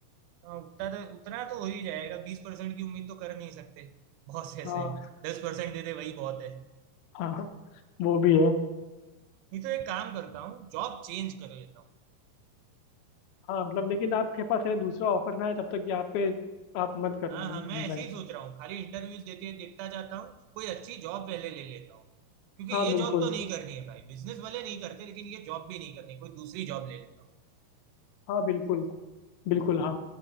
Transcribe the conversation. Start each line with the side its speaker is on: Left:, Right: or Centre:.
Right: हाँ उतना तो उतना तो हो ही जाएगा बीस परसेंट की उम्मीद तो कर नहीं सकते बहुत ऐसे
Left: हाँ
Right: है दस परसेंट दे दे वही बहुत है
Left: हाँ वो भी है
Right: नहीं तो एक काम करता हूँ जॉब चेंज कर लेता हूँ
Left: हाँ मतलब लेकिन आपके पास है दूसरा ऑफर ना है तब तक यहाँ पे आप मत करना
Right: हाँ हाँ मैं
Left: रिजाइन
Right: ऐसे ही सोच रहा हूँ खाली इंटरव्यूज देते देखता जाता हूँ कोई अच्छी जॉब पहले ले लेता हूँ क्योंकि
Left: हाँ
Right: ये
Left: बिल्कुल
Right: जॉब तो नहीं करनी है भाई बिजनेस वाले नहीं करते लेकिन ये जॉब भी नहीं करनी कोई दूसरी जॉब ले लेता हूँ
Left: हाँ बिल्कुल बिल्कुल हाँ